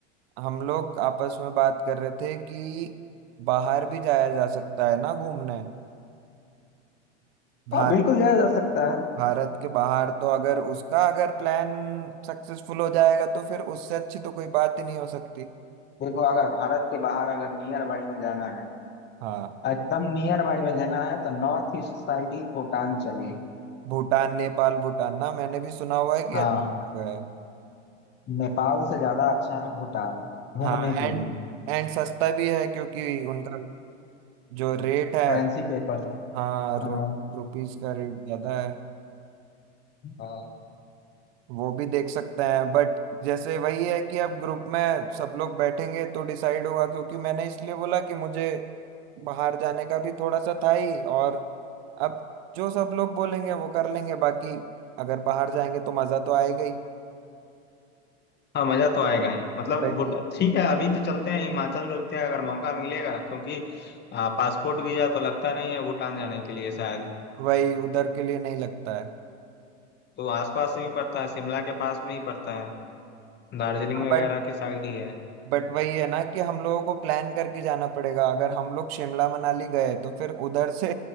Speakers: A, on the right; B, on the left.
A: हम लोग आपस में बात कर रहे थे कि बाहर भी जाया जा सकता है ना घूमने भा,
B: हाँ बिल्कुल जाया जा सकता है
A: भारत के बाहर तो अगर उसका अगर प्लान सक्सेसफुल हो जाएगा तो फिर उससे अच्छी तो कोई बात ही नहीं हो सकती
B: देखो अगर भारत के बाहर अगर नियर बाई में जाना है
A: हाँ
B: एकदम नियर बाई में जाना है तो नॉर्थ ईस्ट साइड ही भूटान चलिए
A: भूटान नेपाल भूटान ना मैंने भी सुना हुआ है कि
B: हाँ
A: अच्छी जगह है
B: नेपाल से ज्यादा अच्छा है भूटान घूमने
A: हाँ
B: के
A: एंड
B: लिए
A: एंड सस्ता भी है क्योंकि उनका जो रेट है
B: करेंसी के अकॉर्डिंग
A: हाँ रु,
B: हाँ
A: रुपीज का रेट ज्यादा है
B: हाँ
A: वो भी देख सकते हैं बट जैसे वही है कि अब ग्रुप में सब लोग बैठेंगे तो डिसाइड होगा क्योंकि मैंने इसलिए बोला कि मुझे बाहर जाने का भी थोड़ा सा था ही और अब जो सब लोग बोलेंगे वो कर लेंगे बाकी अगर बाहर जाएंगे तो मजा तो आएगा ही
B: हाँ मजा तो आएगा ही मतलब
A: वही
B: भूट ठीक है अभी तो चलते हैं हिमाचल चलते हैं अगर मौका मिलेगा क्योंकि पासपोर्ट वीजा तो लगता नहीं है भूटान जाने के लिए शायद
A: वही उधर के लिए नहीं लगता है
B: तो आसपास ही पड़ता है शिमला के पास में ही पड़ता है दार्जिलिंग वगैरह
A: बट
B: के साइड ही है
A: बट वही है ना कि हम लोगों को प्लान करके जाना पड़ेगा अगर हम लोग शिमला मनाली गए तो फिर उधर से